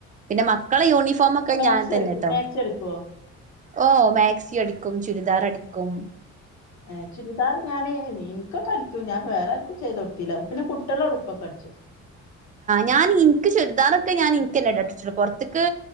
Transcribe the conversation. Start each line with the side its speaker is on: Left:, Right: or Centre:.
Right: പിന്നെ മക്കളെ യൂണിഫോമ ഒക്കെ
Left: മാക്സി
Right: ഞാൻ തന്നെട്ടോ
Left: അടിക്കും മാക്സി അടിക്കോ
Right: ഓ മാക്സി അടിക്കും ചുരിദാർ അടിക്കും ക്കും
Left: ഏ ചുരിദാറ് ഞാന നിനിക്കൊ കഠ ഞാൻ വേറെ ആർക്കും ചെയ്ത് കൊടുത്തില്ല പിന്നെ കുട്ടികള ഉടുപ്പൊക്കെ അടിച്ചു
Right: ഞാൻ ഇനിക്ക് ചുരിദാറൊക്കെ ഞാൻ എനിക്ക് തന്നെ അടിക്കു പുറത്തുക്ക്,